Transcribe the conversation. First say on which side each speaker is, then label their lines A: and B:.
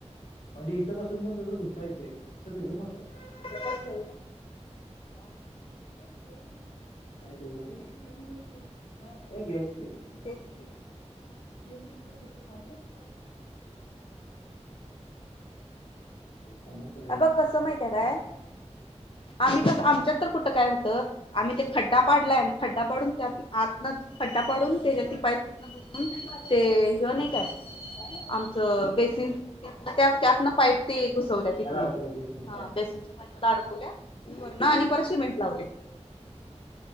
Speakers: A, on the left; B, on the left.
A: म्हणजे इथंपसून पण तुझं धुता येते असं त्याचं मत आहे
B: तण <inaudible>
A: का ठे हो! ते घ्यायच किचन
B: तेच की
A: म कुठ पाणी क समोर करायच
B: अ ब कसं माहित आहे काय? आम्ही कस! आमच्यात तर कुठं काय होतं? आम्ही ते खड्डा पाडलाय खड्डा पाडून त्या आतनच खड्डा पाडून त्याच्या त पाईप ते हि नाही काय आमचं बेसिन त्या त्यातन पाईट ते घुसवल्या तिथून
A: त्याला अडकवलं बेसिनच्या पाण्यात
B: ल्या आणि ब शिमेंट लावले!